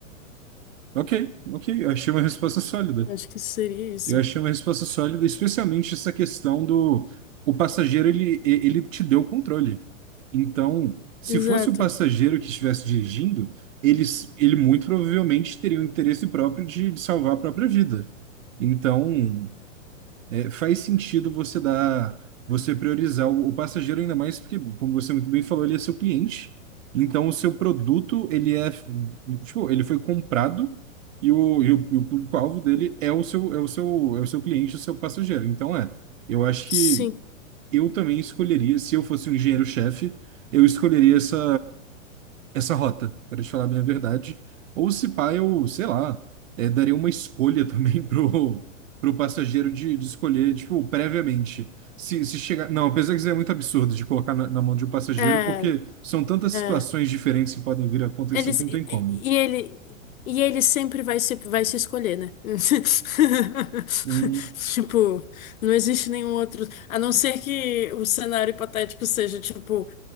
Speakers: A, on the right; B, on the left.
A: Ok, ok, eu achei uma resposta sólida.
B: Acho que seria isso.
A: Eu achei uma resposta sólida, especialmente essa questão do... O passageiro, ele, e- ele te deu o controle. Então, se
B: Exato.
A: fosse o passageiro que estivesse dirigindo, eles, ele muito provavelmente teria o interesse próprio de, de salvar a própria vida. Então, é, faz sentido você dar, você priorizar o, o passageiro ainda mais porque, como você muito bem falou, ele é seu cliente. Então, o seu produto, ele é, tipo, ele foi comprado e o, e o, e o público-alvo dele é o seu, é o seu, é o seu cliente, o seu passageiro. Então, é, eu acho
B: Sim,
A: que eu também escolheria, se eu fosse um engenheiro-chefe, eu escolheria essa, essa rota, para te falar bem a verdade. Ou se pá, eu, sei lá, é, daria uma escolha também <laughs> pro, pro passageiro de, de escolher, tipo, previamente. Se, se chegar. Não, apesar que isso é muito absurdo de colocar na, na mão de um passageiro,
B: é,
A: porque são tantas
B: é.
A: situações diferentes que podem vir a acontecer
B: Eles,
A: que não
B: e,
A: tem como.
B: e ele, e ele sempre vai se, vai se escolher, né? <laughs>
A: Hum.
B: Tipo, não existe nenhum outro. A não ser que o cenário hipotético seja, tipo,